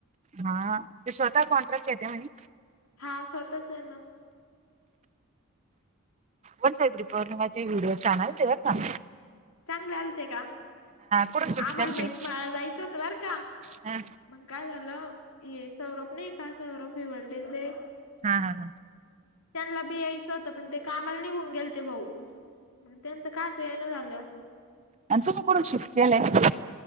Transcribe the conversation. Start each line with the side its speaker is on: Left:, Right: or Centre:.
Right: हा ते स्वतः कॉन्ट्रॅक्ट येते म्हणे.
Left: हा स्वतःच आहे ना
Right: वन साईड रिपोर्टिंग म वि्हडिओ चानलचे ना.
Left: चांगले आलते का?
Right: कुठून शूट
Left: आा मला
Right: केलते?
Left: म्हैस माळा जायचं होत बर का
Right: हा
Left: मंग काय झालं. ये सौरभ नाही का सौरभ हिवडेचे
Right: हा हा हा.
Left: त्यांना बी यायचं होतं पण ते कामाला निघून गेल. ते भाऊ त्यांचं काच आहे ना झालं.
Right: आणि तुम्ही कुठून शिकलेले आहेत.